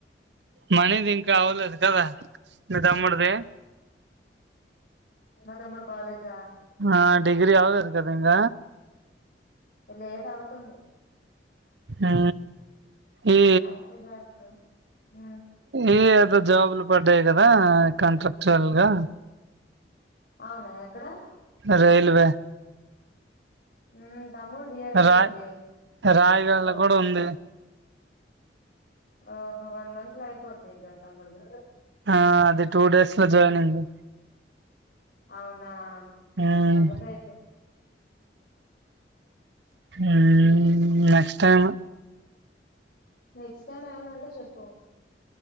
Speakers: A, on the right; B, on the left.
A: మనీది ఇంకా అవలేదు కదా మీ తమ్ముడుది
B: మత్తమ్ముడు కాలేజా
A: ఆ డిగ్రి అవలేదు కదా ఇంక
B: లేదవుతుంది
A: ఊ ఈ
B: అయితే జాబ్ మ్
A: ఇ ఏదో జాబులు పడ్డాయి కదా కాంట్రాక్టర్ గా
B: అవునా ఎక్కడ
A: రైల్వే
B: ఊ తమ్ముడు ది ఈ ఇయర్ అయిపోద్ది
A: రాయ్ రాయగడలో
B: గవర్నమెంట్
A: కూడా ఉంది
B: లో ఓహో వన్ మంత్ లో ఐపోది ఇంకా తమ్ముడిది
A: ఆ అది టూ డేస్ లో జాయినింగ్
B: అవునా
A: మ్మ్
B: అవదయితే
A: ఊ నెక్స్ట్ టైము
B: నెక్స్ట్ టైమ్ ఏమన్న ఉంటే చెప్పు